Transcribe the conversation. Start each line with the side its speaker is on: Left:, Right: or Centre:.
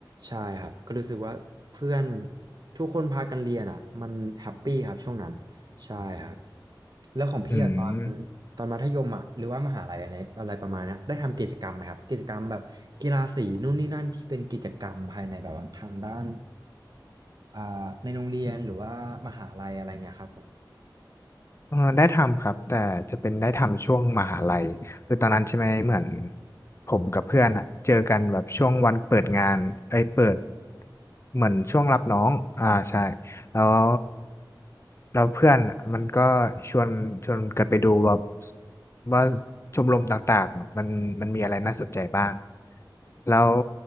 Right: ใช่ครับก็รู้สึกว่าเพื่อนทุกคนพากันเรียนอ่ะมันแฮปปี้ครับช่วงนั้นใช่ครับแล้วของพี่อะตอน
Left: อืม
Right: ตอนมัธยมอ่ะหรือว่ามหาลัยอะไรอะไรประมาณเนี้ยได้ทำกิจกรรมไหมครับกิจกรรมแบบกีฬาสีนู่นนี่นั่นที่เป็นกิจกรรมภายในแบบว่าทางด้านอ่าในโรงเรียนหรือว่ามหาลัยอะไรเงี้ยครับผม
Left: เอ่อได้ทำครับแต่จะเป็นได้ทำช่วงมหาลัยคือตอนนั้นใช่ไหมเหมือนผมกับเพื่อนอะเจอกันแบบช่วงวันเปิดงานเอ้ยเปิดเหมือนช่วงรับน้องอ่าใช่ แล้วเราเพื่อนอะมันก็ชวนชวนกันไปดูว่าว่าชมรมต่างๆเนอะมันมันมีอะไรน่าสนใจบ้างแล้ว